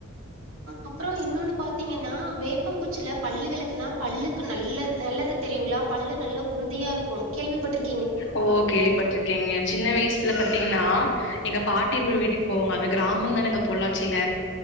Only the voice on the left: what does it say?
ஓ கேள்விப்பட்ருக்கேங்க சின்ன வய்ஸ்ல ப த்திங்னா எங்க பாட்டி வீட்டுக்கு போவங்க அது கிராமந்தானங்க பொள்ளாச்சில